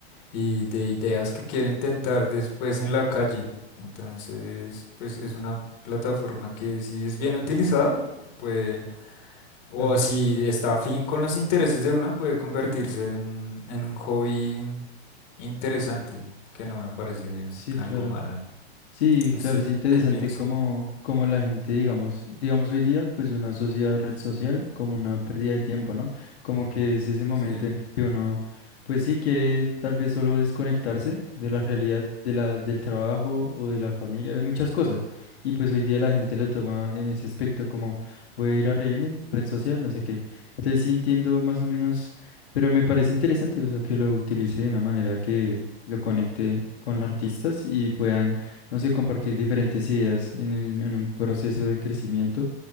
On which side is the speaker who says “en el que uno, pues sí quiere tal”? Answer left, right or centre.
Left